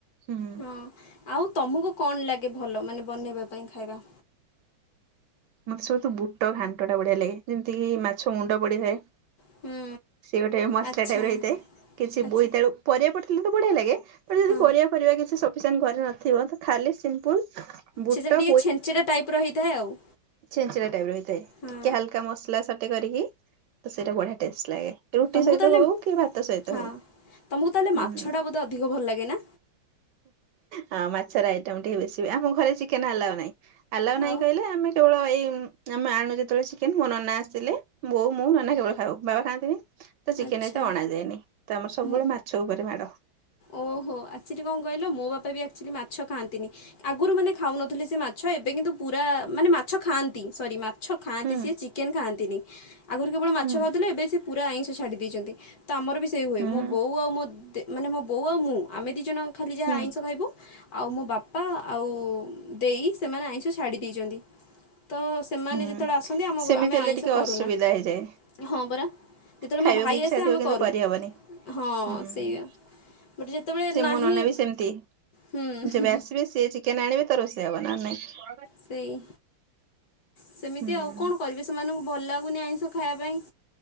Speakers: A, on the right; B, on the left.
A: ହୁଁ।
B: ହଁ ଆଉ ତମକୁ କଣ ଲାଗେ ଭଲ ମାନେ ବନେଇବା ପାଇଁ ଖାଇବା?
A: ମତେ ସବୁଠୁ ବୁଟ ଘାଣ୍ଟତା ବଢିଆ ଲାଗେ ଯେମିତି କିି ମାଛ ମୁଣ୍ଡ ପଡ଼ିଥାଏ।
B: ହୁଁ
A: ସେ ଗୋଟେ ମସଲା
B: ଆଚ୍ଛା
A: ଟାଇପର ହେଇଥାଏ। କିଛି
B: ଆଚ୍ଛା
A: ବୋଇତାଳୁ ପରିବା ପଡିଥିଲେ ତ ବଢିଆ ଲାଗେ ବଟ ଯଦି
B: ହଁ
A: ପରିବା ପରିବା କିଛି ସଫିସେଣ୍ଟ ଘରେ ନଥିବ ତ ଖାଲି ସିମ୍ପୁଲ ବୁଟ
B: ସେଟା ଟିକେ ଛେଞ୍ଚେଡା ଟାଇପ ର ହେଇଥାଏ ଆଉ।
A: ଛେଞ୍ଚିଡା ଟାଇପ ର ହେଇଥାଏ।
B: ହଁ
A: ଟିକେ ହାଲକା ମସଲା ସଟେ କରିକି ତ ସେଇଟା ବଢିଆ ଟେଷ୍ଟ ଲାଗେ। ରୁଟି
B: ତମକୁ
A: ସହିତ
B: ତାହେଲେ
A: ହଉ କି ଭାତ ସହିତ
B: ହଁ
A: ହଉ
B: ତମକୁ ତାହେଲେ
A: ହୁଁ।
B: ମାଛଟା ବୋଧେ ଅଧିକ ଭଲ ଲାଗେ ନା
A: ହଁ ମାଛର ଆଇଟମ ଟିକେ ବେଶୀ ହୁଏ। ଆମ ଘରେ ଚିକେନ ଆଲାଉ ନାଇଁ। ଆଲାଉ ନାହିଁ
B: ଆଉ
A: କହିଲେ ଆମେ କେବଳ ଏଇ ଆମ ଆଣୁ ଯେତେବେଳେ ଚିକେନ ମୋ ନନା ଆସିଥିଲେ ବୋଉ ମୁଁ ନନା କେବଳ ଖାଉ ବାବା ଖାଆନ୍ତିନି। ତ ଚିକେନ
B: ଆଚ୍ଛା
A: ଏତେ ଅଣାଯାଏନି ତ ଆମର ସବୁବେଳେ
B: ମୁଁ
A: ମାଛ ଉପରେ ମାଡ।
B: ଓହୋ ଆକ୍ଚୁଆଲି କଣ କହିଲ ମୋ ବାପା ବି ଆକ୍ଚୁଆଲି ମାଛ ଖାଆନ୍ତିନି। ଆଗରୁ ମାନେ ଖାଉନଥିଲେ ସେ ମାଛ ଏବେ କିନ୍ତୁ ପୁରା ମାନେ ମାଛ ଖାଆନ୍ତି ସରି ମା ମାଛ ଖାଆନ୍ତି
A: ହୁଁ
B: ସିଏ ଚିକେନ ଖାଆନ୍ତିନି ଆଗରୁ କେବଳ ମାଛ
A: ହୁଁ
B: ଖାଉଥିଲେ ଏବେ ସିଏ ପୁରା ଆଇଁଷ ଛାଡି ଦେଇଛନ୍ତି। ତ ଆମର ବି ସେଇ ହୁଏ
A: ହୁଁ
B: ମୋ ବୋଉ ଆଉ ମୋ ଦେ ମାନେ ମୋ ବୋଉ ଆଉ ମୁଁ ଆମେ ଦୁଇ ଜଣ ଖାଲି ଯାହା
A: ହୁଁ
B: ଆଇଁଷ ଖାଇବୁ। ଆଉ ମୋ ବାପା ଆଉ ଦେଇ ସେମାନେ ଆଇଁଷ ଛାଡ଼ି ଦେଇଛନ୍ତି ତ ସେମାନେ
A: ହୁଁ।
B: ଯେତେବେଳେ ଆସନ୍ତି ଆମ
A: ସେମିତି
B: ଘ ଆମେ
A: ହେଲେ
B: ଆଇଁଷ
A: ଟିକେ
B: କରୁନା
A: ଅସୁବିଧା ହେଇଯାଏ।
B: ହଁ ପରା। ଯେତେବେଳେ
A: ଖାଇବାକୁ
B: ମୋ ଭାଇ
A: ଇଚ୍ଛା
B: ଆସେ
A: ଥିବ
B: ଆମେ
A: କିନ୍ତୁ
B: କରୁ
A: କରିହବନି
B: ହଁ
A: ହୁଁ।
B: ସେଇଆ। ବଟ୍ ଯେତେବେଳେ
A: ସେ ମୋ
B: ନାହିଁ
A: ନନା ବି ସେମିତି
B: ହୁଁ
A: ଯେବେ ଆସିବେ ସିଏ ଚିକ କେନ ଆଣିବେ ତ ରୋଷେଇ ହେବ ନହେଲେ ନାଇଁ
B: ସେଇ ସେମିତି
A: ହୁଁ।
B: ଆଉ କଣ କରିବେ ସେମାନଙ୍କୁ ଭଲ ଲାଗୁନି ଆଇଁଷ ଖାଇବା ପାଇଁ।